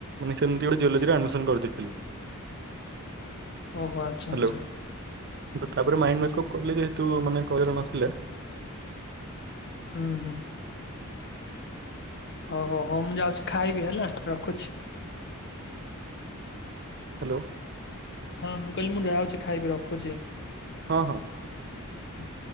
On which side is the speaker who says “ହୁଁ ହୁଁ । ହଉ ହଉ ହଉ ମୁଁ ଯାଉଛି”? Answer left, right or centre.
Left